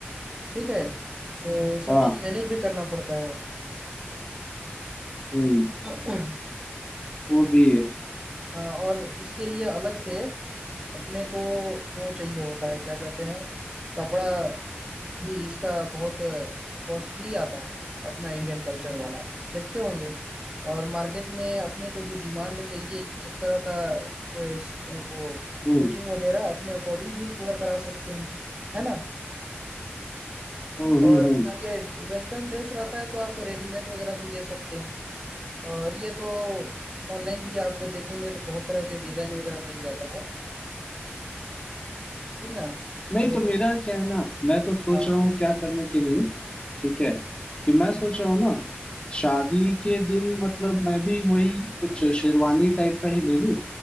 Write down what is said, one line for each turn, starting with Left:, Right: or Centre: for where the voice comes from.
Right: ठीक है तो सब
Left: हाँ
Right: चीज मैनेज भी करना पड़ता है
Left: हम्म
Right: <clears throat> तो
Left: वो भी है
Right: अ, और इसके लिए अलग से अपने को वो चाहिए होता है क्या कहते हैं कपड़ा भी इसका बहुत कॉस्टली आता है अपना इंडियन कल्चर वाला देखते होंगे और मार्केट में अपने को जो डिमांड चाहिए जिस तरह का अ, स- वो
Left: हम्म
Right: फिटिंग वगैरह अपने अकॉर्डिंग भी पूरा करा सकते हैं है ना
Left: हम्म हम्म
Right: और अपना
Left: हम्म।
Right: ये वेस्टर्न ड्रेस रहता है तो आप रेडीमेड वगैरह भी ले सकते हैं और ये तो ऑनलाइन भी आप देखेंगे तो बहुत तरह के डिजाइन वगैरह मिल जाता है ठीक ना
Left: नहीं
Right: तो
Left: तो मेरा क्या है ना मैं तो सोच
Right: हाँ
Left: रहा हूँ क्या करने के लिए ठीक
Right: हम्म।
Left: है कि मैं सोच रहा हूँ ना शादी के दिन मतलब मैं भी वही कुछ शेरवानी टाइप का ही ले लूँ